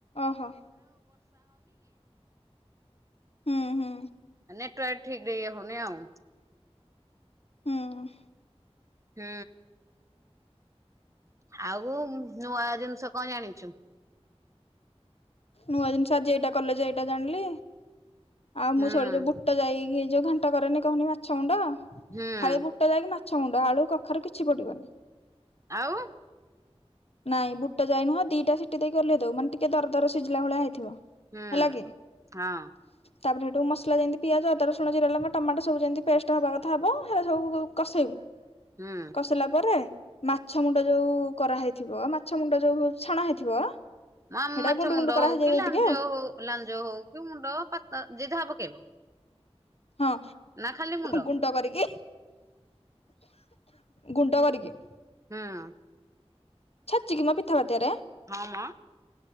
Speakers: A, on the left; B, on the right.
A: ଓହୋ ହୁଁ ହୁଁ।
B: ନେଟୱର୍କ ଠିକ୍ ରେ ଇଏ ହଉନି ଆଉ।
A: ହୁଁ ଉଁ।
B: ହୁଁ। ଆଉ ନୂଆ ଜିନିଷ କଣ ଜାଣିଚୁ?
A: ନୂଆ ଜିନିଷ ଆଜି ଏଇଟା କଲେ ଯେ ଏଇଟା ଜାଣିଲି। ଆଉ
B: ହୁଁ
A: ମୁଁ ଥରେ ଯୋଉ ବୁଟ ଜାଇକି ଯୋଉ ଘାଣ୍ଟ କରେନି କହୁନି ମାଛ ଗୁଣ୍ଡ
B: ହୁଁ
A: ଖାଲି ବୁଟ ଜାଇକି ମାଛ ମୁଣ୍ଡ ଆଳୁ କଖାରୁ କିଛି ପଡିବନି।
B: ଆଉ?
A: ନାଇଁ ବୁଟ ଯାଇ ନୁହଁ ଦିଟା ସିଟି ଦେଇକି ଓହ୍ଲେଇ ଦଉ ମାନେ ଟିକେ ଦର ଦର ସିଝିଲା ଭଳିଆ ହେଇଥିବ।
B: ହୁଁ
A: ହେଲା କି
B: ହଁ।
A: ତାପରେ ସେଠୁ ମସଲା ଯେମିତି ପିଆଜ ଅଦା, ରସୁଣ, ଜିରା, ଲଙ୍କା, ଟମାଟ ସବୁ ଯେମିତି ପେଷ୍ଟ ହବା କଥା ହବ ହେରା ସବୁ କଷେଇବୁ
B: ହୁଁ
A: କସିଲା ପରେ ମାଛ ମୁଣ୍ଡ ଯୋଉ କରାହେଇଥିବ ମାଛ ମୁଣ୍ଡ ଯୋଉ ଛଣା ହେଇଥିବ
B: ଆ
A: ହେଟା
B: ମାଛ
A: ଗୁଣ୍ଡୁ
B: ମୁଣ୍ଡ
A: ଗୁଣ୍ଡୁ କରାହେଇଯିବ
B: ହଉ କି ଲାଞ୍ଜ
A: ଟିକେ
B: ହଉ, ଲାଞ୍ଜ ହଉ କି ମୁଣ୍ଡ ପାତ ଯିଏ ଯାହା ପକେଇବ।
A: ହଁ,
B: ନା ଖାଲି ମୁଣ୍ଡ
A: ଗୁଣ୍ଡ କରିକି ଗୁଣ୍ଡ କରିକି
B: ହଁ।
A: ଛେଚିକି ମ ପିଥା ପାତିଆରେ।
B: ହଁ, ମ।